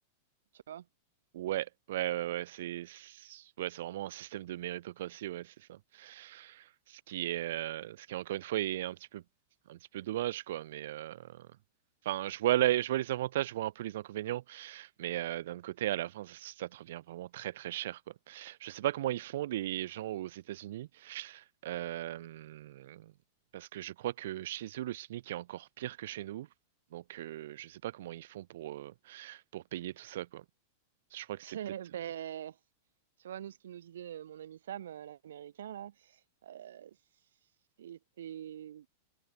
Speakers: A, on the right (about 85°); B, on the right (about 70°).
A: tu vois.
B: Ouais, ouais, ouais, ouais, c'est, c'est- ouais, c'est vraiment un système de méritocratie, ouais, c'est ça. Ce qui est, euh, ce qui encore une fois est un petit peu, un petit peu dommage, quoi. Mais, euh, enfin, je vois les, je vois les avantages, je vois un peu les inconvénients, mais euh, d'un autre côté, à la fin, ça, ça te revient vraiment très, très cher, quoi. Je sais pas comment ils font les gens aux États-Unis, euh, parce que je crois que chez eux, le SMIC est encore pire que chez nous. Donc, euh, je sais pas comment ils font pour, euh, pour payer tout ça, quoi. Je crois que
A: <laughs>
B: c'est
A: Eh
B: peut-être.
A: Ben, tu vois, nous, ce qu'il nous disait euh, mon ami Sam, euh, l'américain, là, Euh, c'est, c'est-